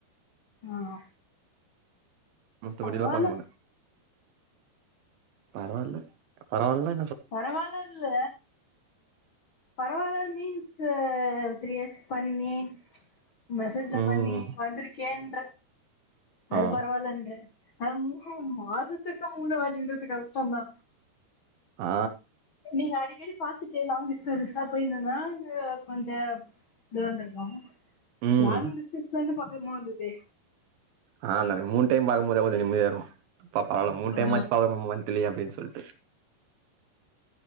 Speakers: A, on the left; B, on the right.
A: ஆ ஆ
B: மத்தபடி
A: பரவால்ல
B: லா பாக்க மாட்ட பரவால்ல பரவால்ல
A: பரவாலன்ல பரவால்ல மீன்ஸு த்ரீ இயர்ஸ் பண்ணி மெசேஜ்ல
B: ம்
A: பண்ணி வந்துருக்கேன்ற அது
B: ஆ
A: பரவால்லன்ற அ மாசத்துக்கு மூள வளர்ச்சின்றது கஷ்டம் தா
B: ஆ
A: நீங்க அடிக்கடி பாத்துட்டு லாங் டிஸ்டன்ஸா போயிருந்தன்னா இல்ல கொஞ்ஜ இது வந்திருக்கோ
B: ம்
A: லாங் டிஸ்டன்ஸ்ல இருந்து பாக் கர்மாந்துதே
B: <unintelligible> மூண் டைம் பாக்கும் போதே கொஞ்ச நிம்மதியா இருக்கூ பாப்பாவால மூண்டைம்மாச்சு
A: ஆ
B: <unintelligible> மந்த்லி அப்டின் சொல்ட்டு